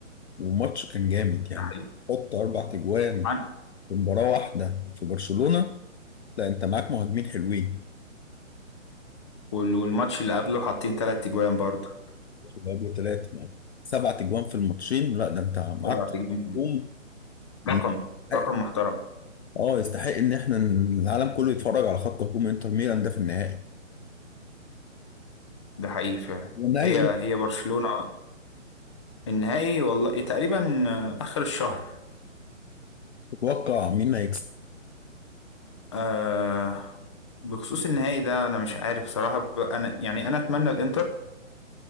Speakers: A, on the left; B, on the left.
A: والماتش كان جامد يعني
B: ده حقيقي
A: حط اربع تجوان
B: عن-
A: في مباراة واحدة في برشلونة لا انت معاك مهاجمين حلوين
B: وال- والماتش اللي قبله حاطين تلات تجوان برضه
A: جابوا ثلاثة معاك سبعة اجوان في الماتشين لا ده انت معاك
B: سبعة تجوان
A: هجوم يستحق-
B: رقم رقم محترم
A: اه يستحق ان احنا ن- العالم كله يتفرج على خط هجوم انتر ميلان ده في النهائي
B: ده حقيقي فعلا
A: والنهائي
B: هي
A: انت
B: هي برشلونة النهائي والله تقريبا آخر الشهر
A: تتوقع مين اللي هيكسب
B: آه بخصوص النهائي ده أنا مش عارف صراحة ب- أنا يعني أنا أتمنى الإنتر